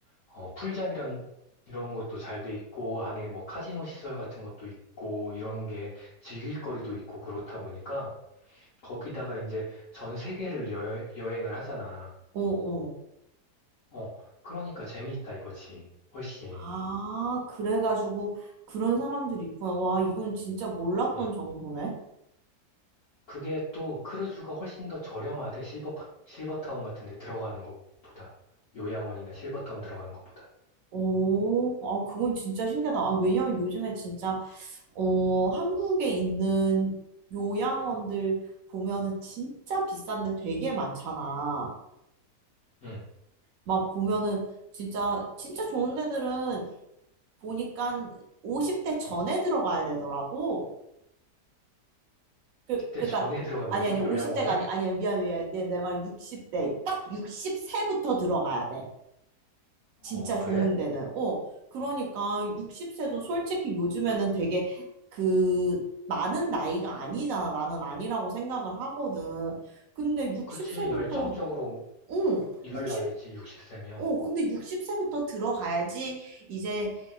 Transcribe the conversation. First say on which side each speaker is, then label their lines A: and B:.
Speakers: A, on the left (about 55°); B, on the right (about 65°).
A: 어, 풀장이랑 이런 것도 잘 돼 있고, 안에 뭐 카지노 시설 같은 것도 있고, 이런 게 즐길 거리도 있고 그렇다 보니까, 거기다가 이제 전 세계를 여, 여행을 하잖아.
B: 어, 어.
A: 어, 그러니까 재미있다 이거지. 훨씬.
B: 아, 그래가지고 그런 사람들이 있구나. 와, 이건 진짜 몰랐던
A: 음.
B: 정보네.
A: 그게 또 크루즈가 훨씬 더 저렴하대, 실버, 파- 실버타운 같은 데 들어가는 것보다. 요양원이나 실버타운 들어가는 것보다.
B: 오, 아, 그건 진짜 신기하다. 아, 왜냐면 요즘에 진짜 어, 한국에 있는 요양원들 보면은 진짜 비싼데 되게 많잖아.
A: 응.
B: 막 보면은 진짜, 진짜 좋은 데들은 보니까 50대 전에 들어가야 되더라고. 그,
A: 그때
B: 그니까,
A: 전에 들어간다고?
B: 아니, 아니, 50대가
A: 요양원을?
B: 아니, 아니야, 미안, 미안. 내, 내 말 60대. 딱6세부터 들어가야 돼.
A: 어,
B: 진짜
A: 그래?
B: 좋은 데는. 어, 그러니까 60세도 솔직히 요즘에는 되게 그 많은 나이가 아니잖아. 나는 아니라고 생각을 하거든. 근데 60세부터,
A: 그치, 열정적으로
B: 응,
A: 일할
B: 60,
A: 나이지, 60세면.
B: 어, 근데 60세부터 들어가야지 이제